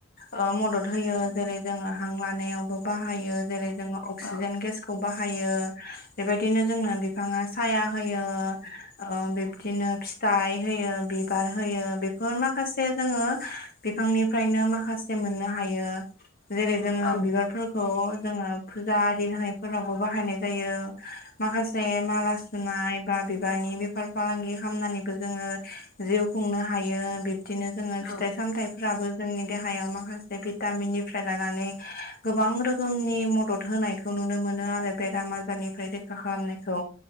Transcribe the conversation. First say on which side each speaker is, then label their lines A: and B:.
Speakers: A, on the left (about 50°); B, on the left (about 65°).
A: ओ मदद होयो जेरै जोङो हां लानायावबो बाहायो जेरै जोङो। अक्सिजेन
B: औ
A: गेसखौ बाहायो बेबायदिनो जोंनो बिफाङा साया होयो। ओ बिब्दिनो फिथाइ होयो बिबार होयो बेफोर माखासे जोङो। बिफांनिफ्रायनो माखासे मोननो हायो जेरै जोङो
B: औ
A: बिबारफोरखौ। खौ जोङो फुजा आरि होनायफोरावबो बाहायनाय जायो माखासे। माला सुनाय बा बिबारनि बेफार फालांगि खालामामनानैबो जोङो। जिउ खुंनो हायो बिबदिनो जोङो फिथाइ
B: औ
A: सामथायफोर फोराबो जोंनि देहायाव माखासे भिटामिननिफ्राय लानानै गोबां रोखोमनि मदद होनाय। खौ नुनो मोनो आरो बेराम आजारनिफ्राय रैखा खालामनाय खौ